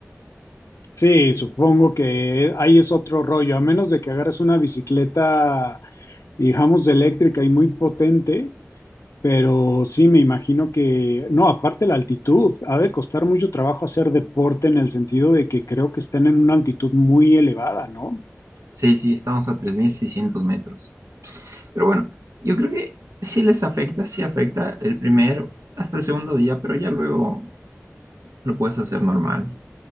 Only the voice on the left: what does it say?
Sí, supongo que ahí es otro rollo, a menos de que agarres una bicicleta, digamos, de eléctrica y muy potente, pero sí, me imagino que, no, aparte la altitud, ha de costar mucho trabajo hacer deporte en el sentido de que creo que están en una altitud muy elevada, ¿no?